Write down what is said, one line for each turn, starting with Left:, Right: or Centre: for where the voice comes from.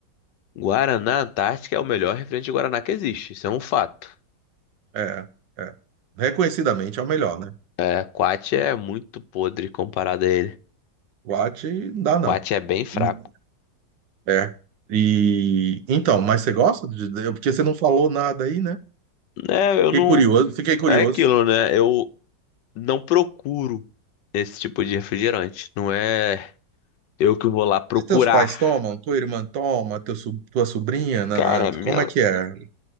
Left: Guaraná Antártica é o melhor refrigerante de Guaraná que existe. Isso é um fato.
Right: É, é. Reconhecidamente é o melhor, né?
Left: É, Quat é muito podre comparado a ele.
Right: Guate, não dá não.
Left: Quat é bem fraco.
Right: N- É. E então, mas você gosta? de- de- Porque você não falou nada aí, né?
Left: É, eu não.
Right: Fiquei curioso, fiquei curioso.
Left: É aquilo, né? Eu não procuro esse tipo de refrigerante. Não é eu que vou lá procurar.
Right: Mas teus pais tomam? Tua irmã toma? Teu, so- tua sobrinha? na
Left: Cara,
Right: na
Left: minha,
Right: como é que é?